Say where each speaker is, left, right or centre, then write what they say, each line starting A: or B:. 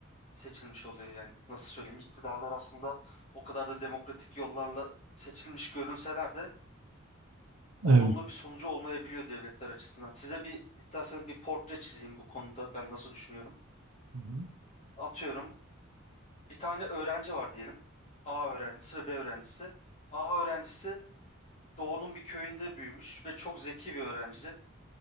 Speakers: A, on the left; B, on the right.
A: seçilmiş oluyor yani. Nasıl söyleyeyim? İktidarlar aslında o kadar da demokratik yollarla seçilmiş görünseler de olumlu
B: Evet.
A: bir sonucu olmayabiliyor devletler açısından. Size bir isterseniz bir portre çizeyim bu konuda ben nasıl düşünüyorum.
B: Hı hı.
A: Atıyorum bir tane öğrenci var diyelim. A öğrencisi ve B öğrencisi. A öğrencisi doğunun bir köyünde büyümüş ve çok zeki bir öğrenci.